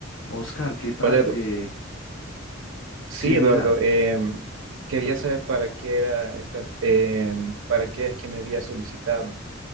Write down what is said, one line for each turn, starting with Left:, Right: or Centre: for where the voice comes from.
Left: Oscar, ¿qué tal?
Right: Hola, Edu-
Left: Eh,
Right: sí,
Left: sí, mira.
Right: Eduardo. em, quería saber para qué era esta, em, para qué es que me había solicitado.